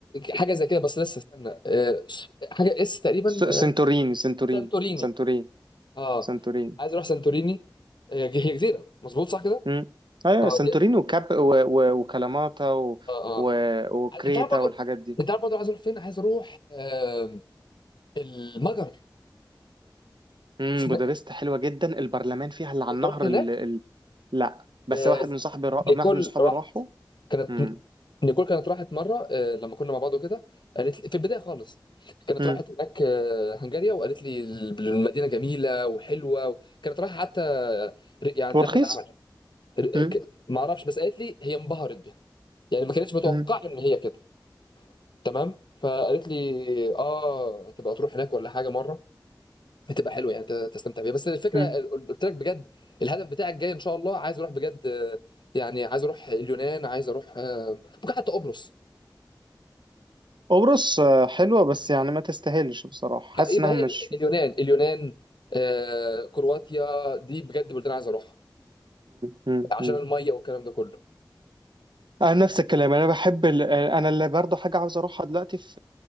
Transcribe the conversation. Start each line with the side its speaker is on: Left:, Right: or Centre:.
Left: حاجه زي كده بس لسه استنى آه، حاجه اس تقريبا
Right: س-
Left: آه،
Right: سنتوريني سنتوريني
Left: سانتوريني
Right: سنتوريني
Left: اه
Right: سنتوريني
Left: عايز اروح سانتوريني آه، هي هي جزيره مظبوط صح كده
Right: مم. ايوه
Left: اه
Right: سانتوريني
Left: دي
Right: وكاب و... و... وكلاماتا و...
Left: اه
Right: و...
Left: اه
Right: وكريتا
Left: انت عارف برضو
Right: والحاجات دي
Left: انت عارف برضو عايز اروح فين عايز اروح آه... المجر
Right: امم
Left: اسم...
Right: بودابست حلوه جدا البرلمان فيها اللي على
Left: انت
Right: النهر
Left: رحت هناك
Right: ال... ال... لا بس
Left: آه...
Right: واحد من صاحبي را...
Left: نيكول
Right: واحد من صحابي
Left: راحت
Right: راحوا
Left: كانت
Right: امم
Left: نيكول كانت راحت مره آه... لما كنا مع بعض وكده قالت لي في البدايه خالص كانت
Right: امم
Left: راحت هناك آه... هنغاريا وقالت لي المدينه جميله وحلوه كانت رايحه حتى ر- يعني
Right: ورخيص
Left: رحله عمل ر-
Right: امم
Left: ك- ما اعرفش بس قالت لي هي انبهرت بيها يعني ما كانتش متوقعه
Right: امم
Left: ان هي كده تمام فقالت لي اه تبقى تروح هناك ولا حاجه مره هتبقى حلوه يعني ت- تستمتع بيها بس الفكره
Right: امم
Left: قل- قلت لك بجد الهدف بتاعك جاي ان شاء الله عايز اروح بجد آه، يعني عايز اروح اليونان عايز اروح آه، ممكن حتى قبرص
Right: قبرص آه، حلوه بس يعني ما تستاهلش بصراحه حاسس
Left: آه، يبقى
Right: انها
Left: هي
Right: مش
Left: اليونان اليونان آه، كرواتيا دي بجد بلدان عايز اروحها
Right: امم
Left: عشان الميه والكلام ده كله
Right: انا نفس الكلام انا بحب ال... انا اللي برضه حاجه عاوز اروحها دلوقتي في